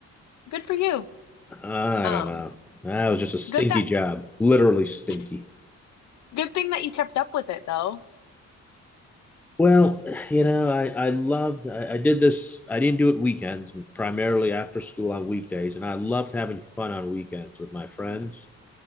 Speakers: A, on the left; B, in the centre.
A: good for you.
B: I
A: Um,
B: don't know. That was just a stinky
A: good that
B: job, literally stinky.
A: <laughs> good thing that you kept up with it though.
B: Well, you know, I, I loved, I, I did this, I didn't do it weekends, primarily after school on weekdays. And I loved having fun on weekends with my friends.